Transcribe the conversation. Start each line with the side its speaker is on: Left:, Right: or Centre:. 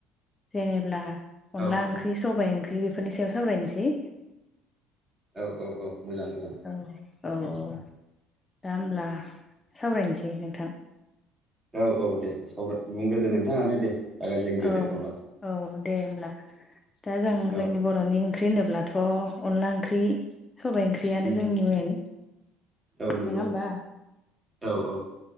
Left: जेनेब्ला अनला
Right: औ औ
Left: ओंख्रि सबाइ ओंख्रि बेफोरनि सायाव सावरायनोसै।
Right: औ औ औ मोजां मोजां
Left: औ औ औ दा होब्ला सावरायनोसै नोंथां।
Right: औ औ दे सावरा बुंग्रोदो नोंथाङानो दे। जागायजेनग्रोदो
Left: औ
Right: अब्ला
Left: औ दे होमब्ला दा जों
Right: औ
Left: जोंनि बर'नि ओंख्रि होनोब्ला थ' अनला ओंख्रि सबाय ओंख्रियानो
Right: उम
Left: जोंनि मेन।
Right: औ नंगौ
Left: नोङा होनबा
Right: औ औ